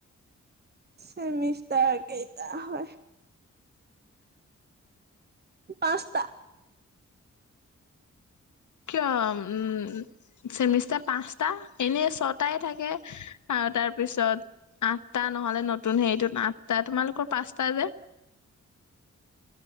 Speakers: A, on the right (about 30°); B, on the left (about 75°).
A: চমিছ তাৰ আকেটা হয় পাাস্তা
B: কিয় উম চমিছা পাঁচ আটা এনে ছটাই থাকে আহ তাৰপিছত আঠটা নহলে নতুন হেৰিটোত আঠটা তোমালোকৰ পাঁচটা যে